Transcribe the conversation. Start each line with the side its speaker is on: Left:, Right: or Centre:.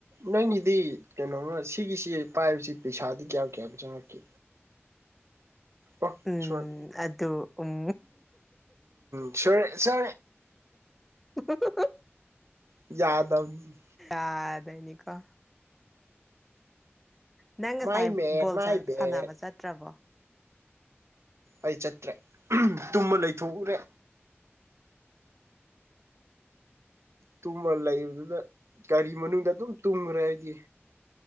Right: ꯅꯪꯒꯤꯗꯤ ꯀꯩꯅꯣꯃ ꯁꯤꯒꯤꯁꯤ ꯄꯥꯏꯕꯁꯤ ꯄꯩꯁꯥꯗꯤ ꯀꯌꯥꯝ ꯀꯌꯥꯝ ꯆꯪꯉꯛꯀꯦ ꯑꯣ
Centre: ꯎꯝ
Right: ꯁꯣꯔ
Centre: ꯑꯗꯨ ꯎꯝ
Right: ꯁ ꯁ
Centre: <inaudible>
Right: ꯌꯥꯗꯕꯅꯤ
Centre: ꯑ ꯗꯥꯏꯅꯤꯀ ꯅꯪ ꯉꯁꯥꯏ
Right: ꯃꯥꯏ ꯃꯦꯠ
Centre: ꯕꯣꯜ
Right: ꯃꯥꯏ ꯕꯦꯠ
Centre: ꯁꯥꯟꯅꯕ ꯆꯠꯇ꯭ꯔꯕꯣ
Right: ꯑꯩ ꯆꯠꯇ꯭ꯔꯦ ꯇꯨꯝꯃ ꯂꯩꯊꯣꯛꯎꯔꯦ ꯇꯨꯝꯃ ꯂꯩꯕꯗꯨꯗ ꯒꯥꯔꯤ ꯃꯅꯨꯡꯗ ꯑꯗꯨꯝ ꯇꯨꯝꯈ꯭ꯔꯦ ꯑꯩꯗꯤ